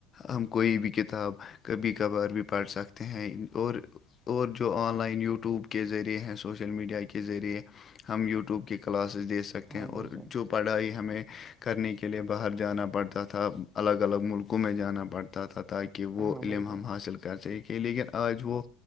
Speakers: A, on the left; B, on the right.
A: ہم کوئی بھی کتاب کبھی کبھار بھی پڑھ سکتے ہیں اور اور جو آن لائن یوٹیوب کے ذریعے ہیں سوشل میڈیا کے ذریعے ہم یوٹیوب کی کلاسز دیکھ سکتے
B: ہاں
A: ہیں
B: بھائی
A: اور
B: جان
A: جو پڑھائی ہمیں کرنے کے لیے باہر جانا پڑتا تھا الگ الگ ملکوں میں جانا پڑتا تھا تاکہ کہ وہ
B: ہاں
A: علم
B: بھائی جان
A: ہم حاصل کر سک تھے لیکن آج وہ